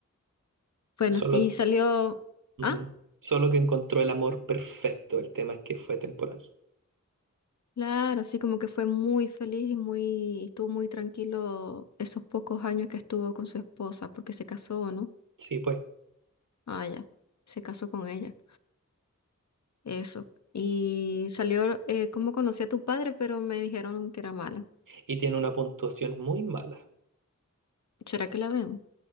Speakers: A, on the left; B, on the right.
A: Bueno,
B: Solo
A: y salió,
B: Ujú.
A: ah,
B: Solo que encontró el amor perfecto, el tema es que fue temporal.
A: claro, sí, como que fue muy feliz y muy, estuvo muy tranquilo esos pocos años que estuvo con su esposa, porque se casó, ¿no?
B: Sí, pues.
A: Ah, ya, se casó con ella, eso. Y salió, eh, ¿cómo conocí a tu padre? Pero me dijeron que era mala.
B: Y tiene una puntuación muy mala.
A: ¿Será que la vemos?